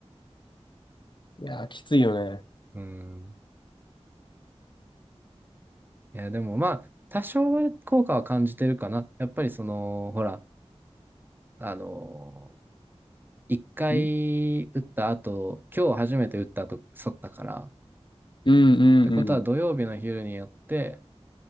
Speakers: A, on the left; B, on the right.
A: いやー、きついよね。
B: うん。いや、でもまあ、多少は効果は感じてるかな。やっぱりその、ほら、あの一回打った後、
A: ん
B: 今日初めて打った後、反ったから。っ
A: うんうんうん。
B: てことは、土曜日の昼にやって、